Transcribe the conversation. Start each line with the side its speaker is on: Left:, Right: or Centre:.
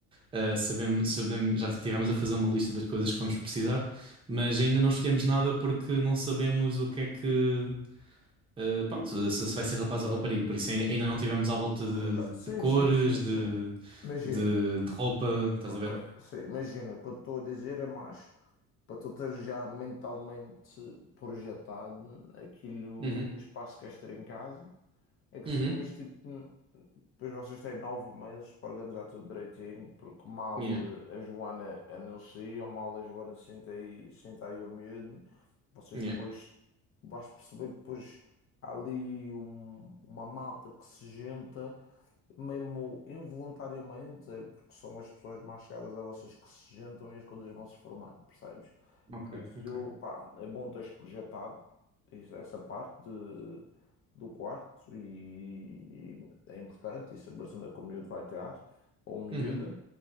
Right: Ah, sabemos, sabemos, já tivemos a fazer uma lista das coisas que vamos precisar mas ainda não escolhemos nada porque não sabemos o que é que Uh, pronto, se, se vai ser rapaz
Left: Ok,
Right: ou rapariga, por isso ai- ainda não tivemos à volta de,
Left: ok.
Right: de
Left: Sim,
Right: cores,
Left: sim, sim,
Right: de,
Left: sim. Imagina.
Right: de, de roupa, estás
Left: Ok,
Right: a ver?
Left: sim, imagina. O que eu estou a dizer é mais para tu ter já mentalmente projetado aquilo,
Right: Uhum,
Left: o espaço que queres ter em casa, é que
Right: uhum,
Left: depois, tipo. Depois vocês têm nove meses para organizar tudo direitinho, porque mal
Right: yeah,
Left: eh, a Joana anuncia, ou mal a Joana senta aí, senta aí o medo vocês
Right: yeah,
Left: depois vais perceber que depois há ali um- uma malta que se junta mesmo involuntariamente, é porque são as pessoas mais chegadas a vocês que se juntam e as coisas vão se formando, percebes?
Right: ok,
Left: Por isso,
Right: ok.
Left: pá, é bom teres projetado isso- essa parte de- do quarto e, e é importante e saberes onde é que o miúdo vai estar, ou miúda.
Right: Uhum,